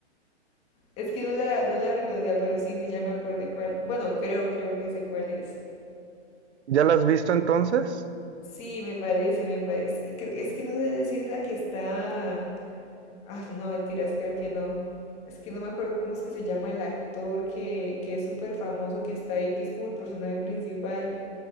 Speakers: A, on the left; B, on the right.
A: Es que no la, no la reconocía, pero sí, sí, ya me acordé cuál. Bueno, creo, creo que sé cuál es.
B: ¿Ya la has visto entonces?
A: Sí, me parece, me parece. Creo, es que no sé si es la que está. Ah, no, mentiras, creo que no. Es que no me acuerdo cómo es que se llama el actor que, que es súper famoso, que está ahí, que es como el personaje principal.